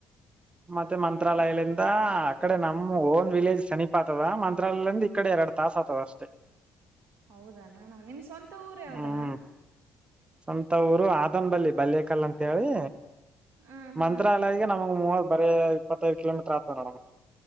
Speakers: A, on the right (about 20°); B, on the right (about 60°).
A: ಮತ್ತೆ ಮಂತ್ರಾಲಯಗಳಿಂದ ಆ ಕಡೆ ನಮ್ ಓನ್ ವಿಲೇಜ್ ಸನೀಪ್ ಆತದ ಮಂತ್ರಾಲಯಿಂದ ಈ ಕಡೆ ಎರಡು ತಾಸಸ್ ಆಗ್ತದ ಅಷ್ಟೇ
B: ಹೌದಾಣ ಅಣ್ಣ ನಿಮ್ ಸ್ವಂತ ಊರು ಯಾವ್ದಣ್ಣ
A: ಹ್ಮ್ ಸ್ವಂತ ಊರು ಆದನ್ ಬಲ್ಲಿ ಬಲ್ಯಕಲ್ಲ ಅಂತ ಹೇಳಿ
B: ಹ ಹಾ
A: ಮಂತ್ರಾಲಯಗೆ ನಮಗ್ ಮೂವತ್ ಬರ ಇಪ್ಪತ್ತೈದು ಕಿಲೋಮೀಟರ್ ಆಗ್ತದೆ ನೋಡಮಗೆ